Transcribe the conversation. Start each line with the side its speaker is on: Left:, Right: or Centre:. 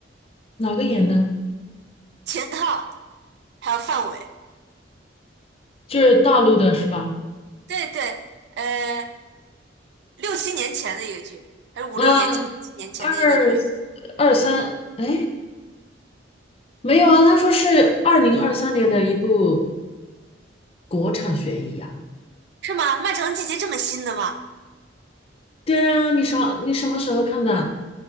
Left: 哪个演的？
Right: 秦昊还有范伟。
Left: 就是大陆的是吧？
Right: 对对，呃，六七年前的一个剧，还是五六年前、
Left: 嗯，
Right: 七年前的一个剧，
Left: 二二三，哎，没有啊，他说是二零二三年的一部国产悬疑啊。
Right: 是吗？漫长的季节这么新的吗？
Left: 对啊，你啥？你什么时候看的？